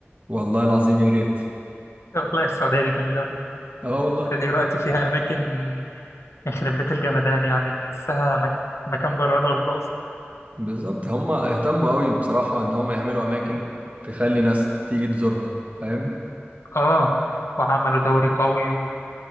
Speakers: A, on the right (about 35°); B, on the left (about 85°).
A: والله العظيم يا ريت
B: والله السعوديه دي جميله قوي
A: اه والله
B: ده دلوقتي فيها اماكن يخرب بيت الجمدان يعني بتحسها مك... مكان بره الارض
A: بالظبط هما اهتموا أوي بصراحة إن هما يعملوا أماكن تخلي ناس تيجي تزورها فاهم
B: اه وعملوا دوري قوي و-